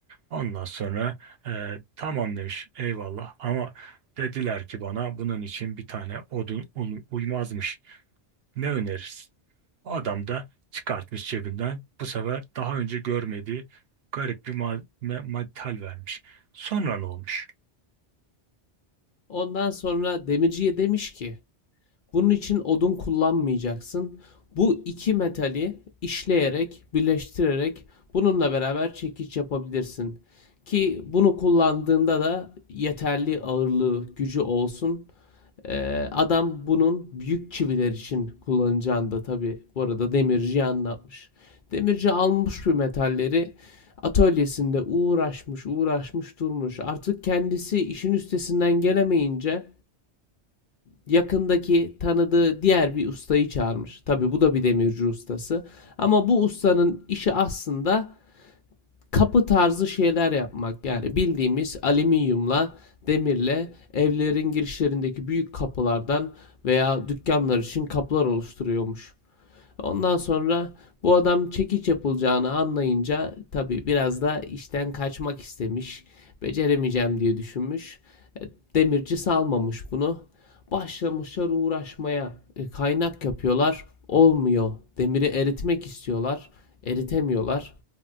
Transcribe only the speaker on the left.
Ondan sonra demirciye demiş ki bunun için odun kullanmayacaksın. Bu iki metali işleyerek, birleştirerek bununla beraber çekiç yapabilirsin. Ki bunu kullandığında da yeterli ağırlığı, gücü olsun Ee, adam bunun büyük çiviler için kullanacağını da tabii bu arada demirciye anlatmış. Demirci almış bu metalleri atölyesinde uğraşmış uğraşmış durmuş. Artık kendisi işin üstesinden gelemeyince yakındaki tanıdığı diğer bir ustayı çağırmış. Tabi bu da bir demirci ustası. Ama bu ustanın işi aslında kapı tarzı şeyler yapmak. Yani bildiğimiz alüminyumla, demirle evlerin girişlerindeki büyük kapılardan veya dükkanlar için kapılar oluşturuyormuş. Ondan sonra bu adam çekiç yapılacağını anlayınca tabii biraz da işten kaçmak istemiş. Beceremeyeceğim diye düşünmüş. E, Demirci salmamış bunu. Başlamışlar uğraşmaya. E, kaynak yapıyorlar. Olmuyor. Demiri eritmek istiyorlar. Eritemiyorlar.